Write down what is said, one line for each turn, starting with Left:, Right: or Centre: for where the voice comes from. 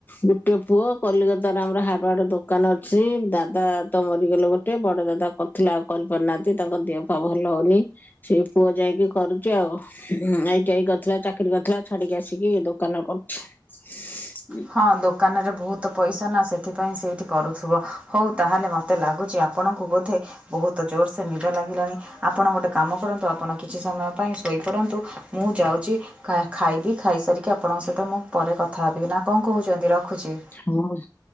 Left: ଗୋଟେ ପୁଅ କଲିକତାରେ ଆମର ହାଡ ୱ୍ୱାଡ ଦୋକାନ ଅଛି ଦାଦା ତ ମରିଗଲେ ଗୋଟେ ବଡ ଦାଦା କରୁଥିଲେ ଆଉ କରିପାରୁନାହାନ୍ତି ତାଙ୍କ ଦିହ ପା ଭଲ ହଉନି। ସେଇ ପୁଅ ଯାଇକି କରୁଚି ଆଉ। ଏଇ ଟା ଇ କରିଥିଲା ଚାକିରି କରିଥିଲା ଛାଡିକି ଆସିକି ଦୋକାନରେ କରୁଛି।
Right: ହଁ ଦୋକାନରେ ବହୁତ ପଇସା ନା ସେଥିପାଇଁ ସେଇଠି କରୁଥିବ ହଉ ତା ହେଲେ ମୋତେ ଲାଗୁଛି ଆପଣଙ୍କୁ ବୋଧେ ବହୁତ ଜୋରସେ ନିଦ ଲାଗିଲାଣି ଆପଣ ଗୋଟେ କାମ କରନ୍ତୁ ଆପଣ କିଛି ସମୟ ପାଇଁ ଶୋଇପଡ଼ନ୍ତୁ ମୁଁ ଯାଉଛି କାର୍ ଖାଇବି ଖାଇସାରିକି ଆପଣଙ୍କ ସହି ତ ମୁଁ ପରେ କଥା ହେବି ନା କଣ କହୁଛନ୍ତି ରଖୁଛି।
Left: ହଁ